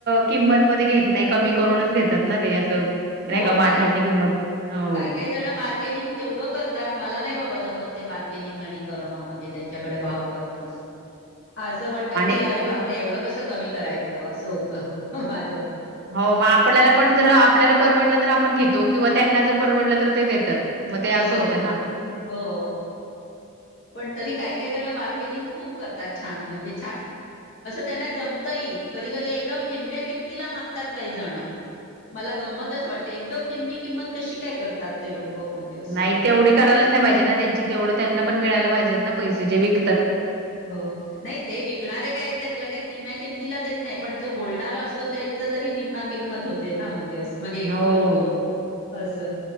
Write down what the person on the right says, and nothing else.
किंमत म घेत नाही कमी करूनच घेतात ना ते असं नाही
का माठाची
किंमत हो
आणि
हो मग आपल्याला पण जर आपल्याला परवडलं तर आपण घेतो किंवा त्यांना जर परवडलं तर ते देतात मग ते असं
होतं ना
नाही तेवढी करायलाच नाही पाहिजे ना त्यांची तेवढं त्यांना पण मिळायला पाहिजेत ना पैसे जे विक
हो